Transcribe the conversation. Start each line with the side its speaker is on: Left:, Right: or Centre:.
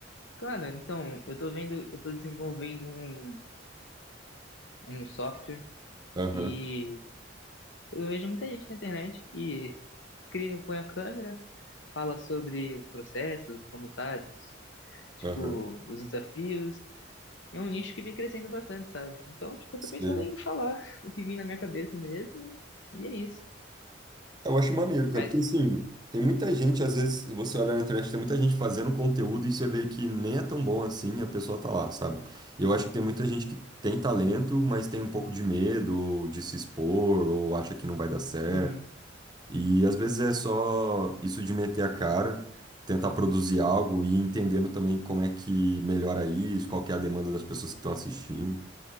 Left: Cara, então, eu tô vendo, eu tô desenvolvendo um, um software
Right: Aham,
Left: e eu vejo muita gente na internet que cria, põe a câmera, fala sobre os processos, como tá, tipo,
Right: aham.
Left: os desafios. É um nicho que vem crescendo bastante, sabe? Então, tipo, eu
Right: Sim.
Left: tô pensando em falar o que vem na minha cabeça mesmo, e é isso.
Right: Eu acho maneiro,
Left: Mas
Right: cara, porque assim, tem muita gente, às vezes, você olha na internet, tem muita gente fazendo conteúdo e você vê que nem é tão bom assim, a pessoa tá lá, sabe? E eu acho que tem muita gente que tem talento, mas tem um pouco de medo ou de se expor ou acha que não vai dar certo.
Left: Uhum,
Right: E às vezes é só isso de meter a cara, tentar produzir algo e entendendo também como é que melhora isso, qual que é a demanda das pessoas que estão assistindo.